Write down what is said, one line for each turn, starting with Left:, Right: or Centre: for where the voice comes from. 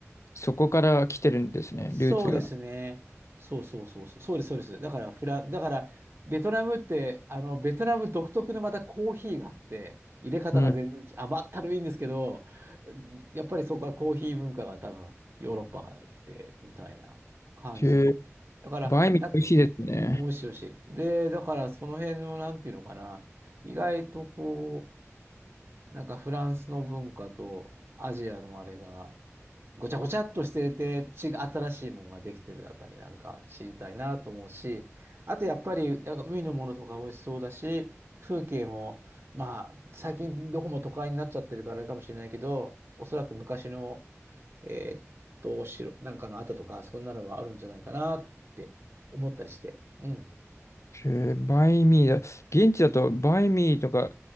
Left: そこから来てるんですね、
Right: そうですね。
Left: ルーツが。
Right: そうそうそうそう。そうです、そうです。だからフラン、だからベトナムって、あの、ベトナム独特のまたコーヒーがあって、入れ方が全然違う。
Left: うん。
Right: 甘ったるいんですけど、うんやっぱりそこはコーヒー文化が多分ヨーロッパから来てみたいな感じみ。
Left: へえ
Right: だから、
Left: バインミー美味しいですね。
Right: な、美味しい美味しい。で、だからその辺の、なんていうのかな、意外とこう、なんかフランスの文化とアジアのあれが、ごちゃごちゃっとしてて、ち、新しいものができてるあたりなんか知りたいなと思うし、あとやっぱり、なんか海のものとか美味しそうだし、風景も、まあ、最近どこも都会になっちゃってるからあれかもしれないけど、おそらく昔の、えーっと、城、なんかの跡とか、そんなのはあるんじゃないかなって思ったりして。うん。
Left: へえバインミーだ。現地だとバインミーとか